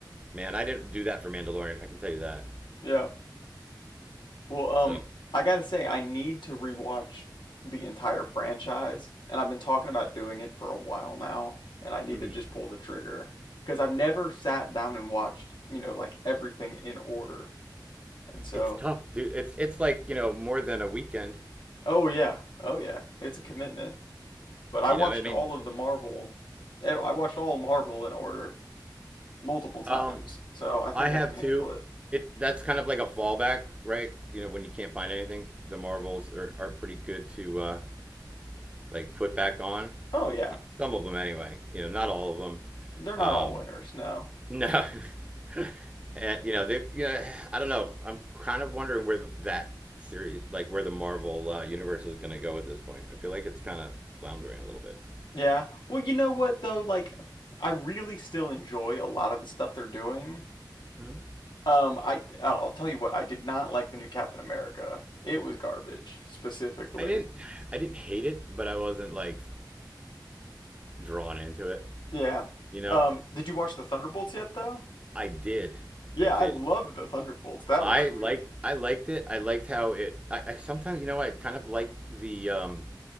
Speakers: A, on the right; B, on the left.
A: man, I didn't do that for Mandalorian. I can tell you that.
B: Yeah. Well, um,
A: So
B: I gotta say, I need to rewatch the entire franchise, and I've been talking about doing it for a while now, and I need
A: mhm.
B: to just pull the trigger because I've never sat down and watched, you know, like everything in order, and so.
A: it's tough, dude. It's it's like you know more than a weekend.
B: Oh yeah. Oh yeah. It's a commitment. But I
A: You
B: watched
A: know, I mean,
B: all of the Marvel eh, I watched all of Marvel in order multiple times.
A: um,
B: So I think
A: I have
B: I can handle
A: two.
B: it.
A: It that's kind of like a fallback, right? You know, when you can't find anything, the Marvels are are pretty good to uh like put back on.
B: Oh yeah.
A: Some of them anyway. You know, not all of them.
B: They're not
A: Um,
B: all winners, no.
A: No. <laughs> Eh, you know, they you know, I don't know. I'm kind of wondering where the, that series, like where the Marvel uh, universe is going to go at this point. I feel like it's kind of floundering a little bit.
B: Yeah. Well, you know what though, like I really still enjoy a lot of the stuff they're doing.
A: Hmm.
B: Um I I'll tell you what, I did not like the new Captain America. It was garbage, specifically.
A: I didn't I didn't hate it, but I wasn't like drawn into it,
B: Yeah.
A: you know?
B: Um did you watch the Thunderbolts yet though?
A: I did.
B: Yeah,
A: I did.
B: I loved the Thunderbolts. That
A: I
B: was sweet.
A: liked I liked it. I liked how it I, I sometimes, you know, I kind of like the um